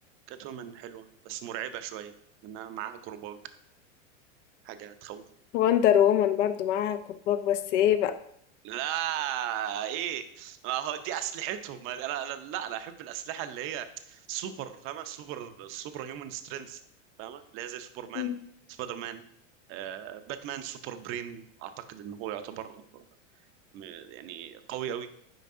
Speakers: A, on the right (about 35°); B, on the left (about 70°).
A: كات وومن حلوه بس مرعبه شويه لانها معاها جروباج حاجه تخوف
B: Wonder Woman برضه معاها كُبّاك بس إيه بقى،
A: لا ايه ما هو دي اسلحتهم ما- انا أنا- لا انا احب الاسلحه اللي هي سوبر فاهمه سوبر سوبر هيومن سترينث فاهمه اللي هي زي سوبر مان
B: إمم،
A: سبايدر مان آه باتمان سوبر برين اعتقد ان هو يعتبر م- يعني قوي قوي